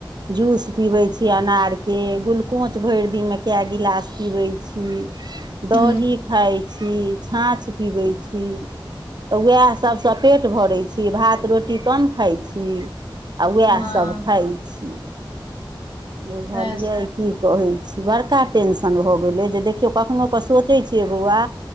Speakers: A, on the right (about 55°); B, on the left (about 70°).
A: जूस पिबै छी अनारके गुलकोच भरि दिनमे कए गिलास पीबैत छी हूं दही
B: ह
A: खाइ छी छाँछ पीबै छी त उएह सभसँ पेट भरैत छी भात रोटी कम खाइ छी आ उएहसब
B: हँ
A: खाइ छी बुझलियै
B: वएह
A: की कहै छी बड़का टेंशन भ गेलै जे देखियौ कखनो क सोचै छियै बौआ